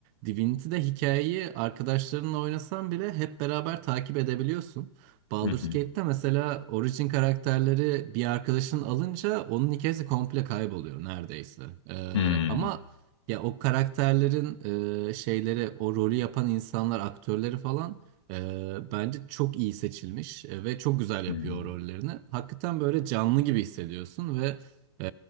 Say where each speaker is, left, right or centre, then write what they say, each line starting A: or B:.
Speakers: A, on the right; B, on the left.
A: Divinity'de hikayeyi arkadaşlarınla oynasan bile hep beraber takip edebiliyorsun. Baldur's
B: Hı hı.
A: Gate'te mesela origin karakterleri bir arkadaşın alınca onun hikayesi komple kayboluyor neredeyse. Ee,
B: Hmm,
A: ama ya o karakterlerin e, şeyleri, o rolü yapan insanlar, aktörleri falan e, bence çok iyi seçilmiş e, ve çok güzel
B: hmm.
A: yapıyor o rollerini. Hakikaten böyle canlı gibi hissediyorsun ve e,